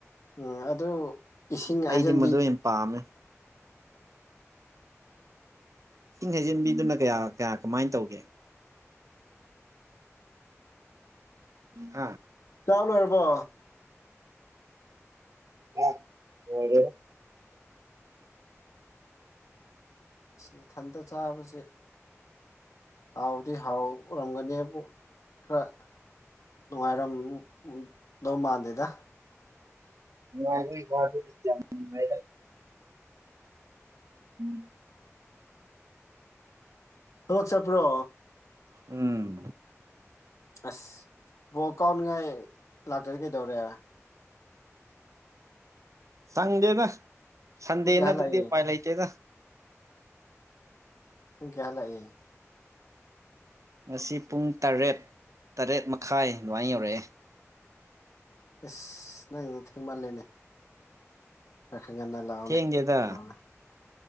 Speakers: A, on the left; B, on the right.
A: ꯎꯝ ꯑꯗꯨ ꯏꯁꯤꯡ
B: ꯑꯩꯗꯤ
A: ꯍꯩꯖꯤꯟꯕꯤ
B: ꯃꯗꯨ ꯑꯣꯏꯅ ꯄꯥꯝꯃꯦ ꯏꯁꯤꯡ ꯍꯩꯖꯤꯟꯕꯤꯗꯨꯅ ꯀꯌꯥ ꯀꯌꯥ ꯀꯃꯥꯏꯟ ꯇꯧꯒꯦ ꯍꯥ
A: ꯆꯥꯛ ꯂꯣꯏꯔꯕꯣ
B: ꯑꯣꯛ ꯂꯣꯏꯔꯦ
A: ꯏꯁ ꯏꯊꯟꯇ ꯆꯥꯕꯁꯦ ꯍꯥꯎꯗꯤ ꯍꯥꯎꯔꯝꯒꯅꯦ ꯈꯔ ꯅꯨꯡꯉꯥꯏꯔꯝꯗꯧ ꯃꯥꯟꯗꯦꯗ
B: ꯅꯨꯉꯥꯏꯕꯩ ꯋꯥꯗꯤ ꯌꯥꯝ ꯅꯨꯡꯉꯥꯏꯗ ꯎꯝ
A: ꯊꯕꯛ ꯆꯠꯄ꯭ꯔꯣ꯫
B: ꯎꯝ
A: ꯑꯁ ꯕꯣꯜ ꯀꯥꯎꯅꯤꯡꯉꯥꯏ ꯂꯥꯛꯇ꯭ꯔꯗꯤ ꯀꯩꯗꯧꯔꯦ
B: ꯁꯪꯗꯦꯗ ꯁꯟꯗꯦ
A: ꯄꯨꯡ ꯀꯌꯥ
B: ꯅꯠꯇ꯭ꯔꯗꯤ
A: ꯍꯜꯂꯛꯏ
B: ꯎꯄꯥꯏ ꯂꯩꯇꯦꯗ
A: ꯄꯨꯡ ꯀꯌꯥ ꯍꯜꯂꯛꯏ
B: ꯉꯁꯤ ꯄꯨꯡ ꯇꯔꯦꯠ ꯇꯔꯦꯠ ꯃꯈꯥꯏ ꯑꯗꯨꯃꯥꯏ ꯌꯧꯔꯛꯑꯦ
A: ꯑꯁ ꯅꯪꯒꯤꯗꫭ ꯊꯦꯡꯃꯜꯂꯦꯅꯦ ꯈꯔ ꯈꯔ ꯉꯟꯅ ꯂꯥꯎꯅꯦ
B: ꯊꯦꯡꯗꯦꯗ
A: ꯍꯜꯂꯥꯎꯂ